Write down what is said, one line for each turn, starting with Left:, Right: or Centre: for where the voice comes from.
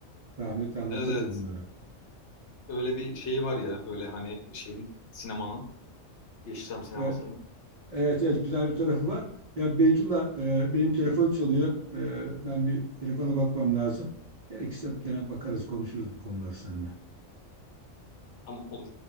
Right: Rahmetli anlatırdı
Left: Evet evet.
Right: bunları.
Left: Öyle bir şeyi var ya böyle hani şeyin sinemanın Yeşilçam sinemasının.
Right: E, Evet evet güzel bir tarafı var. Ya Beytullah e, benim telefon çalıyor. E, ben bir telefona bakmam lazım. Gerekirse gene bakarız konuşuruz bu konuları seninle.
Left: Tamam olur.